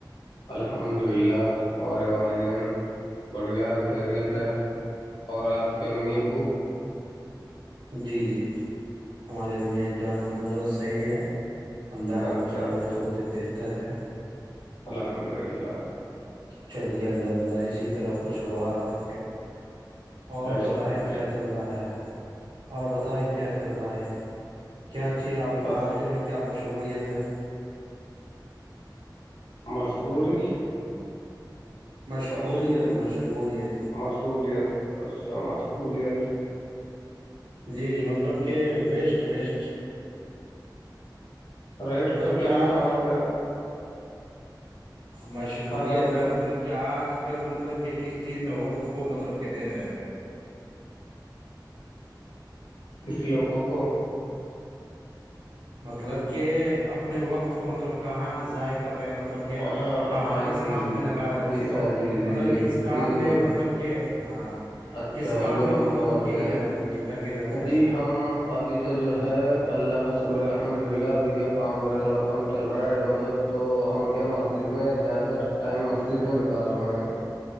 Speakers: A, on the left; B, on the right.
A: الحمد للہ ہمارے والدین بڑھیا خیریت ہے اور آپ کے امی ابو
B: جی جی ہماریے امی یہ جانا ب جانا صحیح ہے اللہ کا
A: اچھا
B: کررم
A: اچھا
B: ہے بہت ہی بہتر اتد ہے
A: الحمد للہ
B: چری اللہد لہ اسی طرح خوشگوار رکھے اور
A: بے
B: بتائ
A: شک بے
B: کیا
A: شک
B: چل رہا ہے اور بتائے کیا چل رہا ہے کیا اھیب
A: بس
B: آج کل میں کیا م شکولیا تھا ہے
A: مجبوری
B: مشغولیت
A: مش تو
B: مشغولیت
A: مصولیت اچھا مست مہلیت <inaudible>
B: جی جی مطلب کہ ویسٹ ویسٹ
A: ریسٹ
B: مطلب
A: تو کیا
B: کہ آج
A: ابھی کھانا وغیرہ
B: مشغولیت
A: کھانا وغیرہ
B: کے مطلب کہ آج آ کل مطلب کہ کس چیز میں وقت کو مطلب کہ دے رہے ہیں
A: کس لوگوں کو
B: مطلب کہ اپنے وقت کو مطلب کہاں ذائقہ کر رہے ہیں مطلب کہ
A: ہاں
B: کہاں
A: ہاں
B: کس
A: جی
B: کام
A: جی
B: میں لگا رہے
A: جی
B: اسی
A: سر
B: کو
A: جی جی
B: مطلب
A: جی
B: کس کام
A: جی حضور
B: میں مطلب کہ ہاں <inaudible>
A: اچھا
B: کس کام
A: حجور
B: میں
A: ہم
B: مطلب
A: سمجھ
B: کہ یہ
A: گئے
B: رہتا ہے جی لگے رہتے ہیں
A: جی ہم ابھی تو جو ہے اللہ کا شکرہ الحمد للہ ابھی کیا کام وغیرہ تھوڑا کم چل رہا ہے مطلب تو ہم کیا مس جس میں زیادہ تر ٹائم مسجد میں نکال رہے ہیں